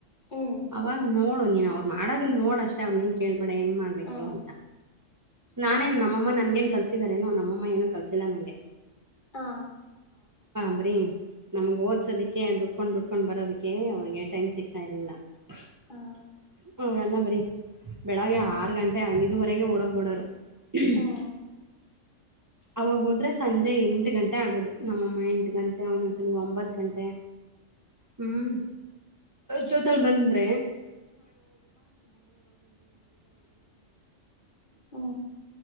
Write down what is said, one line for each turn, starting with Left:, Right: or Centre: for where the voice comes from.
Left: ಹ್ಮ್
Right: ಅವಾಗ್ ನೋಡು ನೀನ್ ಅವರ ಮಾಡೋದನ್ನ ನೋಡ್ ಅಷ್ಟೇ ಅವರ್ನೆನ ಕೇಳಬೇಡ ಬೇಡ ಹೆಂಗೆ ಮಾಡಬೇಕು
Left: ಹ್ಮ್
Right: ಅಂತ ನಾನೇನ್ ನಮ್ಮಮ್ಮ ನನ್ಗೇನ್ ಕಲ್ಸಿದಾರೇನು ನಮ್ಮಮ್ಮ ಏನು ಕಲ್ಸಿಲ್ಲ ನಂಗೆ
Left: ಹಾ
Right: ಬರಿ ನಮ್ಗ ಓದ್ಸೋದಕ್ಕೆ ದುಡ್ಕೊಂಡ ದುಡ್ಕೊಂಡ ಬರೋದಕ್ಕೆ ಅವ್ರಿಗೆ ಟೈಮ್ ಸಿಗ್ತಾ ಇರಲಿಲ್ಲ
Left: ಹಾ
Right: <inaudible> ಅವರೆಲ್ಲ ಬರೀ ಬೆಳಿಗ್ಗೆ ಆರುಗಂಟೆ ಐದುವರೆಗೆ ಓಡೋಗ್ಬಿಡೋರು <unintelligible>
Left: ಹ್ಮ್
Right: ಅವಾಗ ಹೋದ್ರೆ ಸಂಜೆ ಎಂಟ ಗಂಟೆ ಆಗೋದು ನಮ್ಮಮ್ಮ ಎಂಟ ಗಂಟೆ ಒಂದೊಂದ್ಸಲಿ ಒಂಬತ್ತು ಗಂಟೆ ಹ್ಮ್ ಜೊತಲ್ಲಿ ಬಂದ್ರೆ
Left: ಹ್ಮ